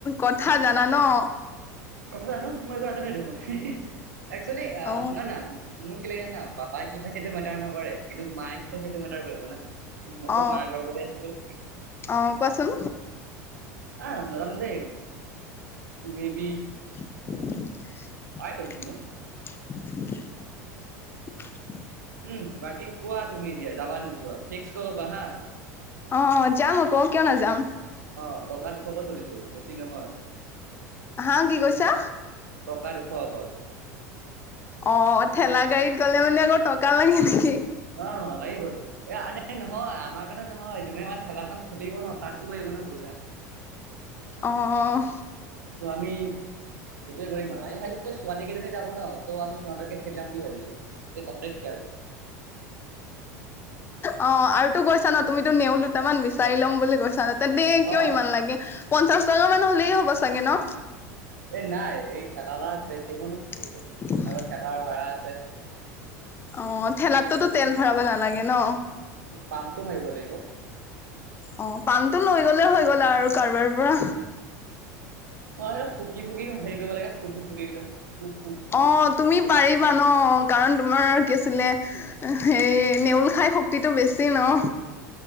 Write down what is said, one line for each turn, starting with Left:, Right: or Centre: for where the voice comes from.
Left: কথা জানা ন।
Right: কথা জানো! মই একো নাজানোৱে দেখোন, একচুৱেলি আহ
Left: অ
Right: শুনা না- মোৰ কি লাগে না পাপাই কি খাইছে এইটো মেটাৰ নকৰে কিন্তু মায়ে কি খাইছে এইটো মেটাৰ কৰিব না। মইতো
Left: অ
Right: মা গৰ্ভৱতে আছিলোঁ।
Left: অ কোৱাচোন
Right: আহ নাজানো দে তুমি-
Left: <inaudible>
Right: <unintelligible>
Left: <inaudible>
Right: উম বাকী কোৱা তুমি এতিয়া যাবা নোযোৱা, ফিক্স- ক'বা হা।
Left: অঁ যাম আকৌ কিয় নাযাম।
Right: আহ টকা দুশকে ধৰিছো বেছি নহয়।
Left: হা কি কৈছা
Right: টকা দুশ অকল।
Left: অঁ ঠেলা গাড়ীত গ'লে মানে আকৌ টকা লাগে নেকি।
Right: অঁ লাগিব তো। এ আনে নহয় আমাৰ কাৰণে নহয়, যোনে মানে ঠেলাখন ঠেলিব ন তাকো লাগিব ন পইছা।
Left: অঁ, অঁ।
Right: ত আমি- সেইটোৱে কৰিম আৰু আমি ভাবিছো যে ছোৱালী কেইজনী যাব ন' ত ' আমি সিহঁতকে খেদিয়াম বুলি ভাবিছো। এই তহঁতে ঠি আৰু
Left: অঁ, আৰুটো গৈছা ন' তুমিতো নেওঁল দুটামান বিচাৰি ল'ম বুলি কৈছা ন, তেন্তে
Right: অ
Left: কিয় ইমান লাগে? পঞ্চাশ টকা মান হলেই হ'ব চাগে ন?
Right: এই নাই এই চাদা ধৱা প্লেট কেইখনো
Left: <unintelligible>
Right: মোৰ ঠেলাৰ ভাড়া আছে,
Left: অঁ, ঠেলাতটোতো তেল ভৰাব নালাগে ন?
Right: পামটো মাৰিব লাগিব।
Left: অঁ, পামটো লৈ গ'লে হৈ গ'ল আৰু কাৰোবাৰ পৰা।
Right: অঁ সেইটো ফুকি ফুকি হেৰি কৰিব লাগে, ফুকি ফুকি একদম পুুক পুক
Left: অঁ তুমি পাৰিবা ন' কাৰণ তোমাৰ কি আছিলে এ হেই নেউল খাই শক্তিতটো বেছি ন।